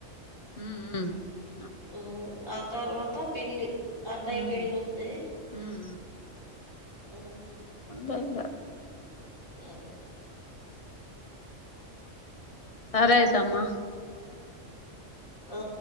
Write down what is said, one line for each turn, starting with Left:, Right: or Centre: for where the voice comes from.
Left: ఉ ఉ
Right: ఓ ఆ తర్వాత పెళ్లి అన్నయ్య
Left: ఉమ్
Right: పెళ్ళి ఉంది.
Left: ఉమ్
Right: ఆ
Left: బంద
Right: అదే
Left: సరయితేమ్మా.
Right: ఆ